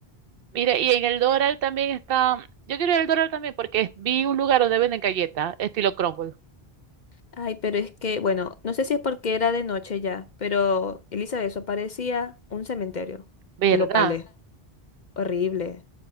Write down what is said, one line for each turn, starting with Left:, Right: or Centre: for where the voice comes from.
Right: Mire, y en el Doral también está, yo quiero ir al Doral también porque vi un lugar donde venden galletas, estilo crumble.
Left: Ay, pero es que, bueno, no sé si es porque era de noche ya, pero Elizabeth, eso parecía un cementerio
Right: ¿Verdad?
Left: de locales. Horrible.